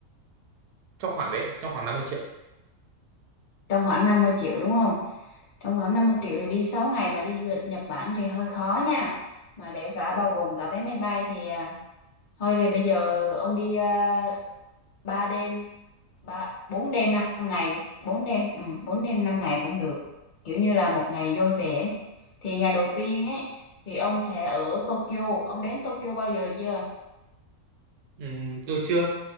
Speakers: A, on the right; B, on the left.
A: trong khoảng đấy trong khoảng năm mươi triệu
B: trong khoảng 50 triệu đúng không trong khoảng 50 triệu thì đi 6 ngày mà đi du lịch Nhật Bản thì hơi khó nha mà để cả bao gồm cả vé máy bay thì à, thôi thì bây giờ ông đi uh, 3 đêm ba 4 đêm 5 ngày 4 đêm ừ, 4 đêm 5 ngày cũng được kiểu như là một ngày vui vẻ thì ngày đầu tiên ấy thì ông sẽ ở Tokyo ông đến Tokyo bao giờ chưa
A: Ừm, tôi chưa